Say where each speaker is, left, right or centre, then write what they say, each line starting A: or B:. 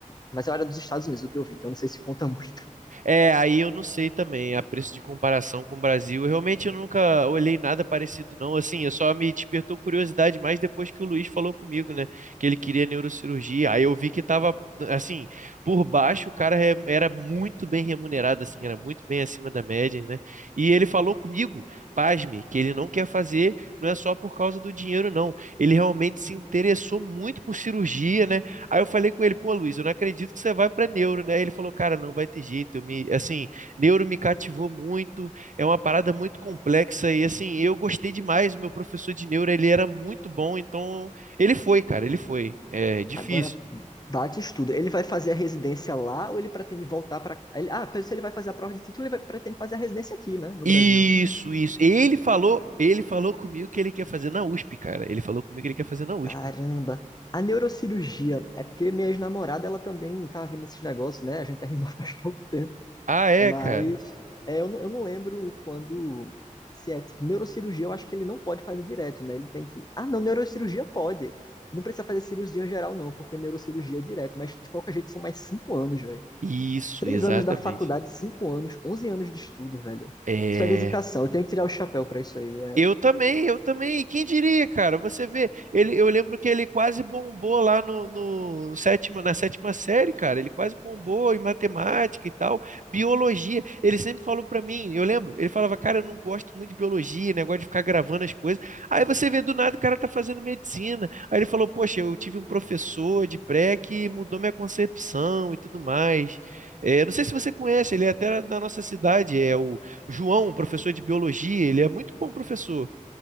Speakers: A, on the left; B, on the right.
A: mas eu era dos Estados Unidos o que eu vi, então não sei se conta <laughs> muito.
B: É, aí eu não sei também, a preço de comparação com o Brasil. Eu Realmente eu nunca olhei nada parecido, não. Assim, eu só me despertou curiosidade mais depois que o Luiz falou comigo, né? Que ele queria neurocirurgia. Aí eu vi que tava, assim, por baixo, o cara re- era muito bem remunerado, assim, era muito bem acima da média, né? E ele falou comigo, pasme, que ele não quer fazer, não é só por causa do dinheiro, não. Ele realmente se interessou muito por cirurgia, né? Aí eu falei com ele, pô, Luiz, eu não acredito que você vai para neuro, né? Ele falou, cara, não vai ter jeito. eu Me, assim, neuro me cativou muito, é uma parada muito complexa e assim, eu gostei demais. O meu professor de neuro, ele era muito bom, então ele foi, cara, ele foi. É difícil.
A: Agora bate estudo. Ele vai fazer a residência lá ou ele pretende voltar para. Ah, se ele vai fazer a prova de título, ele vai, pretende fazer a residência aqui, né, no
B: Isso,
A: Brasil.
B: isso. Ele falou,
A: Cara-
B: ele falou comigo que ele quer fazer na USP, cara. Ele falou comigo que ele quer fazer na USP.
A: Caramba! A neurocirurgia, é porque minha ex-namorada, ela também tava vendo esses negócios, né? A gente terminou <laughs> faz pouco tempo.
B: Ah, é,
A: Mas
B: cara.
A: é, eu, não, eu não lembro quando. Se é tipo neurocirurgia, eu acho que ele não pode fazer direto, né? Ele tem que. Ah, não, neurocirurgia pode. Não precisa fazer cirurgia geral, não, porque neurocirurgia é direto. Mas de qualquer jeito são mais cinco anos, velho.
B: Isso,
A: Três
B: exatamente.
A: anos da faculdade, cinco anos, onze anos de estudo, velho.
B: É.
A: Isso é dedicação. Eu tenho que tirar o chapéu pra isso aí. é.
B: Eu também, eu também. Quem diria, cara? Você vê, ele, eu lembro que ele quase bombou lá no, no, no sétima, na sétima série, cara. Ele quase bombou em matemática e tal, biologia. Ele sempre falou pra mim, eu lembro, ele falava, cara, eu não gosto muito de biologia, negócio de ficar gravando as coisas. Aí você vê do nada o cara tá fazendo medicina. Aí ele falou, poxa, eu tive um professor de pré que mudou minha concepção e tudo mais. É, não sei se você conhece, ele é até da nossa cidade, é o João, um professor de biologia, ele é muito bom professor.